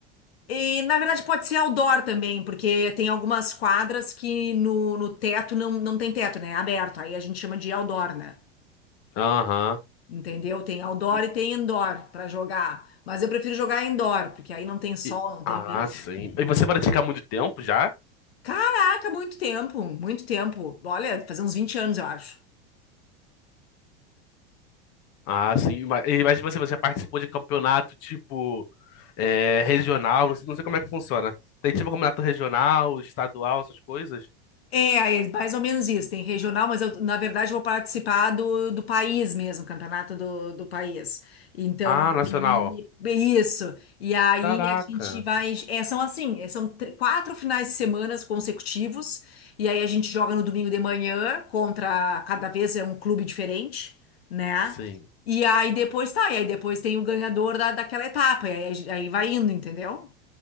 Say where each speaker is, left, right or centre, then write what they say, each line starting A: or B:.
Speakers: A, on the left; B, on the left.
A: E, na verdade, pode ser outdoor também, porque tem algumas quadras que no, no teto não, não tem teto, né? É aberto. Aí a gente chama de outdoor, né?
B: Aham.
A: Entendeu? Tem outdoor
B: E,
A: e tem indoor para jogar. Mas eu prefiro jogar indoor, porque aí não tem sol,
B: e-
A: não tem
B: Ah,
A: vento.
B: sim.
A: <laughs>
B: E você pratica há muito tempo já?
A: Caraca, muito tempo, muito tempo. Olha, fazer uns 20 anos, eu acho.
B: Ah, sim. Mas, e- mas você, você participou de campeonato tipo é, regional? Não sei, não sei como é que funciona. Tem tipo campeonato regional, estadual, essas coisas?
A: É, é mais ou menos isso. Tem regional, mas eu, na verdade, vou participar do, do país mesmo, campeonato do, do país. Então,
B: Ah, nacional.
A: aí- isso. E aí
B: Caraca.
A: a gente vai. é, são assim, é, são tr- quatro finais de semana consecutivos. E aí a gente joga no domingo de manhã contra. Cada vez é um clube diferente, né?
B: Sim.
A: E aí depois tá. E aí depois tem o ganhador da, daquela etapa. E aí, aí vai indo, entendeu?